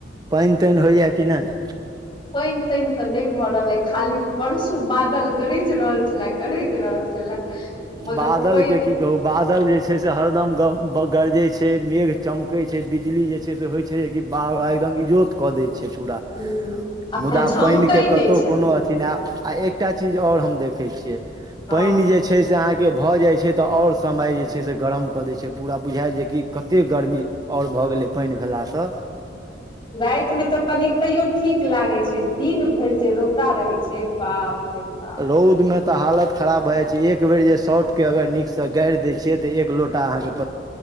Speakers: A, on the right; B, on the left.
A: पाइन ताइन होइया कि नहि
B: पाइन ताइन तऽ नहि भऽ रहल हे खाली परसू बादल गरज रहल छले गरज रहल छले मगर
A: बादल
B: पानि
A: के की कहू बादल जे छै से हरदम गम ब गरजे छै मेघ चमके छै बिजली जे छै से होय छै जे बा एकदम इजोत कऽ दै छै पूरा
B: ह आ
A: मुदा
B: झमकै
A: पानिके
B: नहि
A: कतहु
B: छथिन
A: कोनो अथी नहि आ एकटा चीज आओर हम देखैत छियै
B: हँ
A: पानि पानि जे छै आहा के भजाइ छै त और समय जैए से गरम कऽ दइए छै बुझाई जे गी कते गर्मी ओर भऽ गले पानि भेला स
B: रातिमे तऽ कनिक तैयो ठीक लागैत छै दिन भरि जे रौदा रहैत छै बाप रे बाप
A: रौदमे तऽ हालत खराब भए जाइ छै एक बेर जे शर्ट के अगर नीक से गारि दै छियै त तऽ एक लोटा अहाँ के